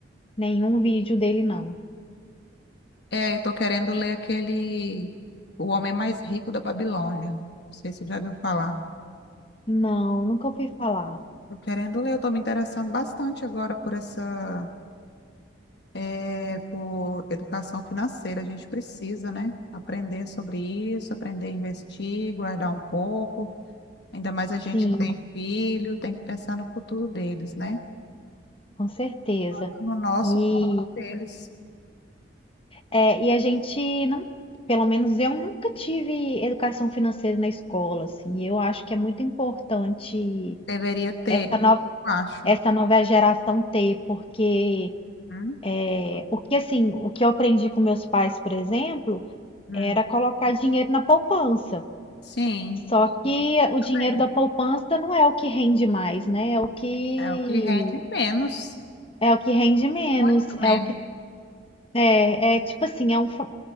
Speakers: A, on the left (about 30°); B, on the left (about 55°).
A: nenhum vídeo dele não.
B: É, eu tô querendo ler aquele O Homem Mais Rico da Babilônia. Não sei se você já viu falar.
A: Não, nunca ouvi falar.
B: Tô querendo ler, eu tô me interessando bastante agora por essa é, por educação financeira. A gente precisa, né, aprender sobre isso, aprender a investir, guardar um pouco. Ainda mais a gente
A: Sim,
B: que tem filho, tem que pensar no futuro deles, né?
A: com certeza.
B: Tanto No nosso,
A: E
B: como deles.
A: é, e a gente não, pelo menos eu nunca tive educação financeira na escola, assim. e Eu acho que é muito importante
B: Deveria ter,
A: essa nova
B: eu acho.
A: essa nova geração ter, porque
B: Hum,
A: é, o que assim, o que eu aprendi com meus pais, por exemplo,
B: hum.
A: Era colocar dinheiro na poupança.
B: Sim,
A: Só que o
B: também.
A: dinheiro da poupança não é o que rende mais, né? É o que
B: É o que rende menos,
A: é o que rende menos,
B: muito menos,
A: é o que é, é tipo assim, é um fa-